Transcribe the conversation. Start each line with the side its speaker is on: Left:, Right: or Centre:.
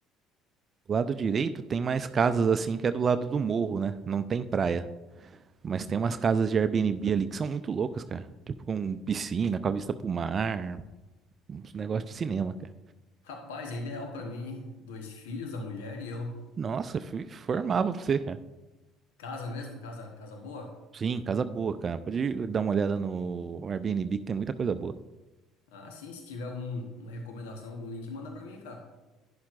Right: O lado direito tem mais casas assim que é do lado do morro, né? Não tem praia. Mas tem umas casas de Airbnb ali que são muito loucas, cara. Tipo, com piscina, com a vista pro mar, uns negócios de cinema, cara.
Left: Rapaz, é ideal pra mim, hein? Dois filhos, a mulher e eu.
Right: Nossa, fui, formava pra você, cara.
Left: Casa mesmo? Casa, casa boa?
Right: Sim, casa boa, cara. Pode dar uma olhada no Airbnb que tem muita coisa boa.
Left: Ah, sim. Se tiver alguma recomendação, algum link, manda pra mim, cara.